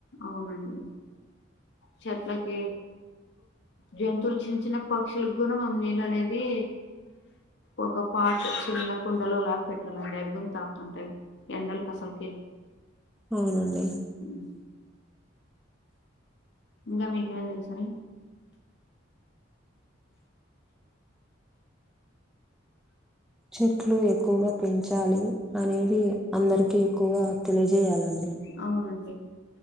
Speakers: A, on the left; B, in the centre.
A: అవునండి చెట్లకే జంతువులు చిన్న చిన్న పక్షులకు కూడా మం నీళ్ళు అనేది ఒక పాటు చిన్న కుండలు లాగా పెట్టాలండి అవిగున తాగుతుంటాయి ఎండలకి అసలకి
B: అవునండి
A: ఊ ఇంకా మీకేమైనా తెలుసాండి
B: చెట్లు ఎక్కువగా పెంచాలి అనేది అందరికి ఎక్కువగా తెలియజేయాలండి
A: అవునండి